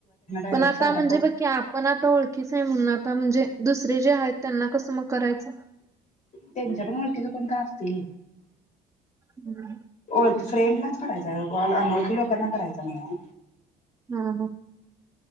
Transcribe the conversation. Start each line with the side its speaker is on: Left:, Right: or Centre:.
Left: डायरेक्ट
Right: पण आता
Left: साधा
Right: म्हणजे बघकी आपण आता ओळखीच आहे म्हणून आता म्हणजे दुसरे जे आहेत त्यांना कसं मग करायचं?
Left: त्यांच्या पण वळतीचा कोणता असत ते
Right: हम्म
Left: ओळ फ्रेंडलाच करायचा अनोळखी लोकांना करायचा नाही आहे
Right: हा हम